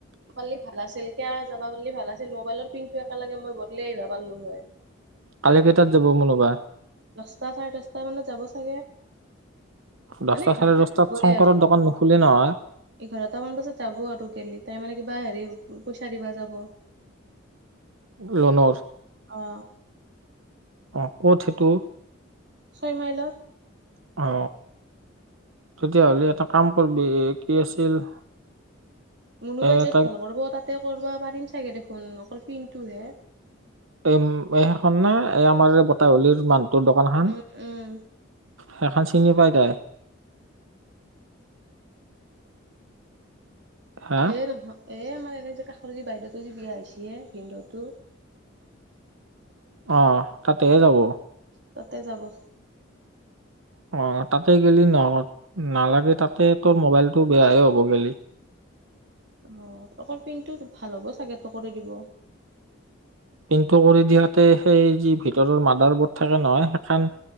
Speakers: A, on the right (about 55°); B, on the right (about 75°).
A: যাব পাৰি ভাল আছিল কিয় যাব পাৰিলি ভাল আছিল মোবাইলৰ পিনটো একেলগে মই বদলি আহিব পৰিলোঁ হয়।
B: কালি কেইটাত যাব মুনো বা।
A: দচটা চাৰে দছটা মানত যাব চাগে।
B: দহটা
A: মানে এঘাৰটা
B: চাৰে দহটাত
A: বাজবই
B: শংকাৰৰ
A: আৰু
B: দোকান নুখোলে নহয়।
A: এঘাৰটামান বজাত যাব আৰু গেলি তাই মানে কিবা হেৰি পইচা দিব যাব।
B: লোনৰ?
A: অ
B: অ ক'ত সেইটো
A: ছয় মাইলত
B: অ তেতিয়াহ'লে এটা কাম কৰিব কি আছিল
A: মোনোবাই
B: এ
A: য'ত
B: তাক
A: ভাল কৰিব তাতে কৰিবা পাৰিম চাগে দেখোন অকল পিনটো হে
B: এ এই সেইখন না এই আমাৰ এই বতাহলীৰ মানটোৰ দোকান খন
A: উম উম
B: সেইখন চিনি পাই তাই হা
A: এ নহয় এ আমাৰ এনে যে কাষৰ যে বাইদেউতো যে বিয়া হৈছে ভিদুটো
B: অ তাতেহে যাব
A: তাতে যাব <unintelligible>
B: অ তাতে গেলি নহ নালাগে তাতে তোৰ মোবাইলটো বেয়াহে হ'ব গেলি
A: অ অকল পিনটো ভাল হ'ব চাগেটো কৰি দিব
B: পিনটো কৰি দিয়াতে সেই যি ভিতৰৰ মডাৰ বৰ্ড থাকে নহয় সেইখন